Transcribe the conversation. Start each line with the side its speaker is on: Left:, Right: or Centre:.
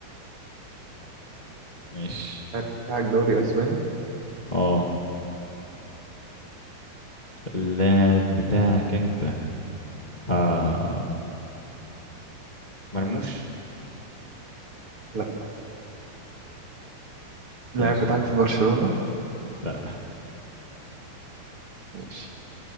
Left: ماشي
Right: اللاعب بتاعك دوري أسباني
Left: اه اللاعب بتاعك انت آه مرموش
Right: لا اللاعب
Left: ماشي
Right: بتاعك في برشلونة
Left: لا
Right: ماشي